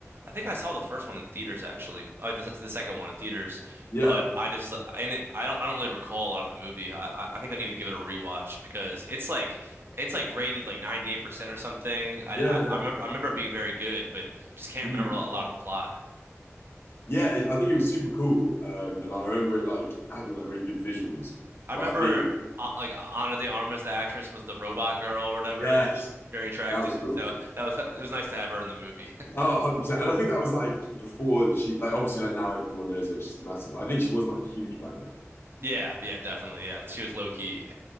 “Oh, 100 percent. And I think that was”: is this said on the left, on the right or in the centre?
Left